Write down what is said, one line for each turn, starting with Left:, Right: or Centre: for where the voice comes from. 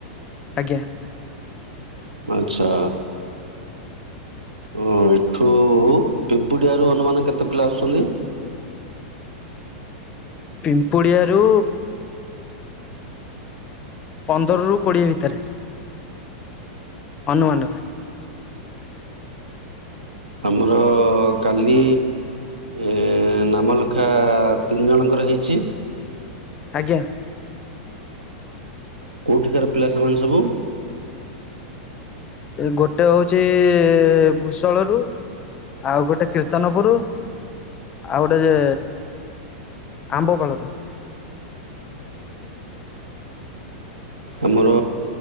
Left: ଆଜ୍ଞା।
Right: ଆଚ୍ଛା। ଓ ଏଠୁ ପିମ୍ପୁଡିଆର ଅନୁମାନ କେତେ ପିଲା ଆସୁଛନ୍ତି?
Left: ପିମ୍ପୁଡିଆରୁ ପନ୍ଦରରୁ କୋଡ଼ିଏ ଭିତରେ ଅନୁମାନରେ
Right: ଆମର କାଲି ଏ ନାମଲେେଖା ତିନି ଜଣଙ୍କର ହେଇଛି।
Left: ଆଜ୍ଞା।
Right: କୋଉଠିକାର ପିଲା ସେମାନେ ସବୁ।
Left: ଗୋଟେ ହଉଛି ଭୂସଳ ରୁ। ଆଉ ଗୋଟେ କୀର୍ତ୍ତନପୁର ଆଉ ଗୋଟେ ଯେ ଆମ୍ବପାଳରୁ।
Right: ଆମର